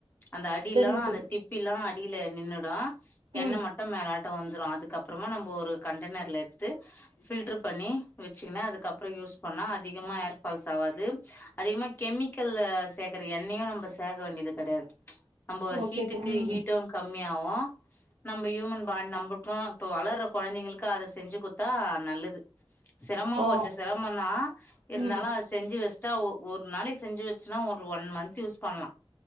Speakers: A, on the left (about 20°); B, on the right (about 80°).
A: அந்த அடிலா
B: சரிங்க
A: அந்த
B: தம்பி
A: திப்பிலா அடில நின்னுடு எண்ண
B: ம்
A: மட்டும் மேலா ட்டம் வந்துரும் அதுக்கப்றமா நம்ப ஒரு கண்டெனர்ல எடுத்து ஃப்ல்டர் பண்ணி வச்சுகுனு அதுக்கப்பறம் யூஸ் பண்ணா அதிகமா ஏர்பால்ஸ் ஆவாது அதிகமா கெமிக்கல்ல சேக்கற எண்ணெயு நம்ம சேக்க வேண்டிது கெடையாது நம்ப
B: ஓகே
A: ஹீட்டுக்கு
B: தம்பி
A: ஹீட்டும்
B: ம்
A: கம்மியாவு நம்ப ஹியூமன் பாட் நம்புல்க்கு இப்ப வளர்ற கொழந்தைகளுக்கு அத செஞ்சு குட்தா நல்லது சிரம
B: ஓ
A: கொஞ்ச சிரம தா இருந்தாலு
B: ம்
A: அது செஞ்சு வெஸ்ட்டா ஒ ஒரு நாளை செஞ்சு வச்சுன்னா ஒரு ஒன் மந்த் யூஸ் பண்லா